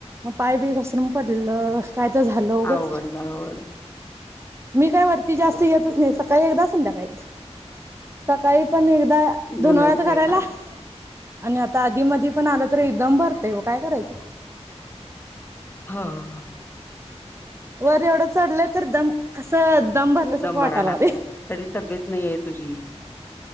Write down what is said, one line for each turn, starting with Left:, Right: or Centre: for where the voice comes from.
Right: मग पाय बी घसरून पडलं काय तर झालं उगच
Left: अवघड होणार होय
Right: मी काय वरती जास्त येतच नाही सकाळी एकदा संध्याकाळी एकदा सकाळी पण एकदा
Left: धुनच
Right: धुनं वाळत घालायला
Left: हे करायला
Right: आणि आता आधी मधी पण आलं तरी दम भरतेंय हो काय करायचं
Left: हा हा हा
Right: वर एवढं चढल तर दम कस दम भरल्यासारखं वाटायला
Left: भरायला
Right: लागलय.
Left: लागलाय तरी तब्येत नाही आहे तुझी